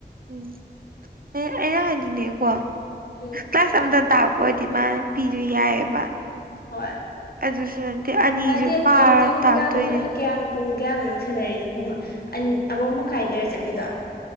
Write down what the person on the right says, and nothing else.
ꯎꯝ ꯑꯦ ꯑꯩꯅ ꯍꯥꯏꯗꯤꯅꯦꯀꯣ
ꯀ꯭ꯂꯥꯁ ꯑꯃꯗ ꯇꯥꯛ ꯍꯣꯏꯗꯤꯃꯥꯟ ꯄꯤꯁꯨ ꯌꯥꯏꯑꯕ
ꯑꯗꯨꯁꯨ ꯅꯠꯇꯦ ꯑꯅꯤꯁꯨ
ꯄꯥꯔ
ꯇꯥꯛꯇꯣꯏꯅꯦ